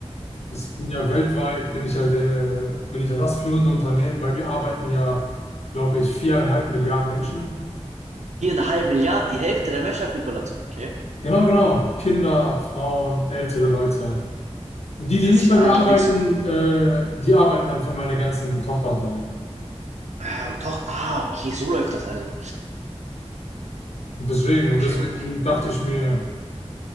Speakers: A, on the left; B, on the right.
A: ich bin ja weltweit, bin ich ja der, bin ich ja das führende Unternehmen. Bei mir arbeiten ja, glaube ich, viereinhalb Milliarden Menschen.
B: Viereinhalb Milliarden, die Hälfte der Menschheitspopulation, okay?
A: Genau, genau. Kinder, Frauen, ältere Leute. Und die, die
B: Dass
A: nicht
B: ich
A: bei
B: da
A: mir
B: noch
A: arbeiten,
B: nichts.
A: äh, die arbeiten dann für meine ganzen Tochterunternehmen.
B: Ah, doch, ah, okay, so läuft das also.
A: Und deswegen, und
B: Okay,
A: deswegen
B: okay.
A: dachte ich mir,